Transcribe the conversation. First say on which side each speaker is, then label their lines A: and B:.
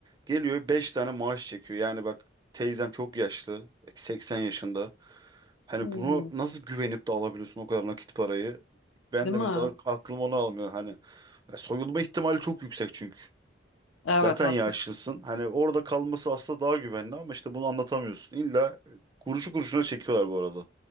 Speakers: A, on the right (about 20°); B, on the left (about 80°).
A: Geliyor 5 tane maaş çekiyor. Yani bak teyzem çok yaşlı. 80 yaşında. Hani
B: Hmm,
A: bunu nasıl güvenip de alabiliyorsun o kadar nakit parayı? Ben
B: değil
A: de
B: mi?
A: mesela aklım onu almıyor. Hani soyulma ihtimali çok yüksek çünkü.
B: Evet
A: Zaten
B: haklısın.
A: yaşlısın. Hani orada kalması aslında daha güvenli ama işte bunu anlatamıyorsun. İlla e, kuruşu kuruşuna çekiyorlar bu arada